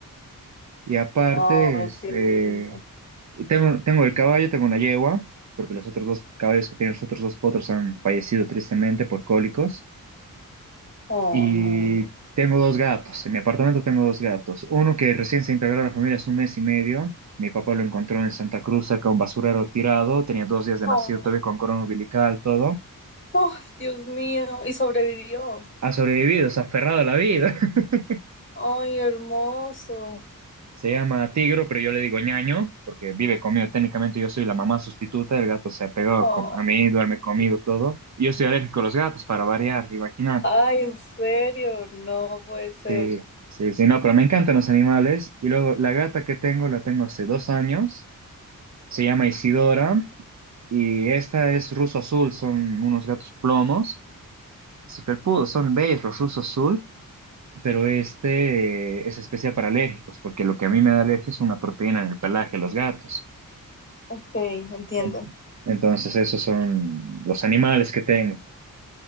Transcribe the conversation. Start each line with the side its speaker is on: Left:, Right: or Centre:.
Right: Y aparte,
Left: Ay,
Right: es,
Left: qué
Right: eh,
Left: lindo.
Right: y tengo, tengo el caballo, tengo una yegua, porque los otros dos caballos que tienen los otros dos potros han fallecido tristemente por cólicos.
Left: Ay,
Right: Y
Left: no.
Right: tengo dos gatos. En mi apartamento tengo dos gatos. Uno que recién se integró a la familia hace un mes y medio. Mi papá lo encontró en Santa Cruz, cerca de un basurero tirado. Tenía dos días de nacido,
Left: Oh.
Right: todavía con corona umbilical, todo.
Left: Oh, Dios mío, y sobrevivió.
Right: Ha sobrevivido, se ha aferrado a la vida. <laughs>
Left: Ay, hermoso.
Right: Se llama Tigro, pero yo le digo ñaño, porque vive conmigo. Técnicamente yo soy la mamá sustituta. El gato se ha pegado
Left: Oh,
Right: con- a mí, duerme conmigo,
Left: sí.
Right: todo. Y yo soy alérgico a los gatos, para variar, imagínate.
Left: Ay, en serio, no puede ser.
Right: Sí, sí, sí, no, pero me encantan los animales. Y luego la gata que tengo, la tengo hace dos años. Se llama Isidora y esta es ruso azul, son unos gatos plomos, así felpudos, son bellos los ruso azul, pero este eh, es especial para alérgicos, porque lo que a mí me da alergia es una proteína en el pelaje de los gatos.
Left: Ok, entiendo.
Right: En- Entonces esos son los animales que tengo,